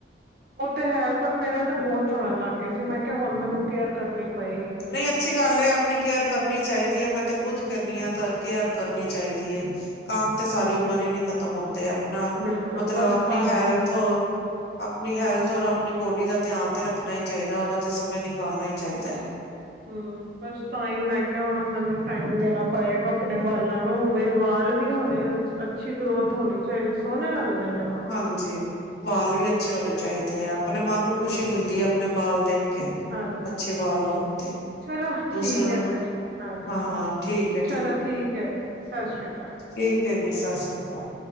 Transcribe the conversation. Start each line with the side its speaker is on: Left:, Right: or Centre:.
Right: ਉਹ ਤੇ ਹੈ, ਪਰ ਮੇਰੇ ਤੇ ਬਹੁਤ ਝੜਨ ਲੱਗਗੇ ਸੀ, ਮੈਂ ਕਿਹਾ ਹੁਣ ਮੈਨੂੰ ਕੇਅਰ ਕਰਨੀ ਪਏਗੀ ਬਈ।
Left: ਨਹੀਂ ਅੱਛੀ ਗੱਲ ਏ, ਅਪਣੀ ਕੇਅਰ ਕਰਨੀ ਚਾਹੀਦੀ ਏ, 'ਮੈਂ ਤੇ ਖੁੱਦ ਕਰਨੀ ਆਂ, ਕੇਅਰ ਕਰਨੀ ਚਾਹੀਦੀ ਏ। ਕੰਮ ਤੇ ਸਾਰੀ
Right: ਹਾਂ
Left: ਉਮਰ ਹੀ ਨੀ ਖਤਮ ਹੁੰਦੇ ਅਪਣਾ,
Right: ਬਿਲਕੁਲ
Left: ਮਤਲਬ
Right: ਬਸ
Left: ਆਪਣੀ
Right: ਤਾਂ
Left: ਹੈਲਥ
Right: ਹੀ
Left: ਅਪਣੀ ਹੈਲਥ ਔਰ ਅਪਣੀ ਬੋਡੀ ਦਾ ਧਿਆਨ ਤੇ ਰੱਖਣਾ ਹੀ ਚਾਹੀਦਾ, ਉਹਦਾ ਤੇ ਸਮੇਂ ਨਿਕਾਲਣਾ ਹੀ ਚਾਹੀਦੈ।
Right: ਹੂੰ, ਬਸ ਤਾਂ ਹੀ ''ਮੈਂ ਕਿਹਾ ਹੁਣ ਮਨੂੰ ਟਾਈਮ ਦੇਣਾ ਪਏਗਾ ਆਪਣੇ ਵਾਲਾਂ ਨੂੰ, ਬਈ ਵਾਲ ਵੀ ਹੋਣੇ, ਅੱਛੀ ਗਰੋਥ ਹੋਣੀ ਚਾਹੀਦੀ ਸੋਹਣੇ ਲੱਗਦੇ ਨੇ ਵਾਲ।
Left: ਹਾਂਜੀ ਵਾਲ ਵੀ ਅੱਛੇ ਹੋਣੇ ਚਾਹੀਦੇ ਆ ਆਪਣੇ ਮਨ ਨੂੰ ਖੁਸ਼ੀ
Right: ਬਿਲਕੁਲ
Left: ਮਿਲਦੀ ਹੈ ਆਪਣੇ ਬਾਲ ਦੇਖ ਕੇ,
Right: ਹਾਂਜੀ
Left: ਅੱਛੇ ਬਾਲ ਹੋਣ ਤੇ
Right: ਚਲੋ
Left: ਦੂਸਰੇ
Right: ਠੀਕ
Left: ਨੂੰ
Right: ਹੈ ਫਿਰ ਹਾਂਜੀ,
Left: ਹਾਂ ਹਾਂ ਠੀਕ ਹੈ
Right: ਚਲੋ ਠੀਕ ਹੈ ਜੀ ਸਤਿ ਸ੍ਰੀ ਅਕਾਲ
Left: ਠੀਕ ਹੈ ਜੀ ਸਤਿ ਸ਼੍ਰੀ ਅਕਾਲ